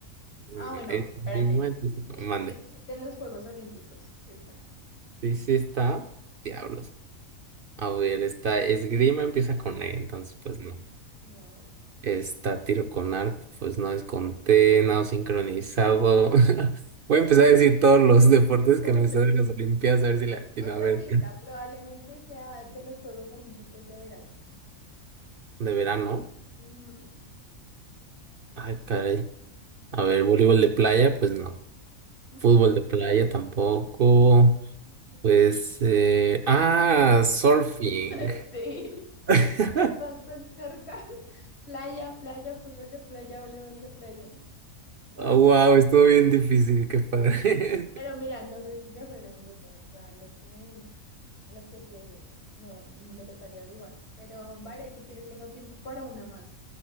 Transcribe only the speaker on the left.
Ah, bueno,
espérate.
Sí,
sí existen los Juegos Olímpicos. Sí está.
Sí.
No,
deportes.
Otra
pista, probablemente sea de los Juegos Olímpicos de verano.
Ujú,
ujú,
ujú.
<laughs> Sí,
ya estás tan cerca. <laughs> Playa, playa, fútbol de playa, voleibol de playa.
Claro.
Pero mira, no sé si se juega en grupo, o sea, lo que, lo que pienses. No, me tocaría averiguar. Pero vale, si quieres, tengo tiempo para una más.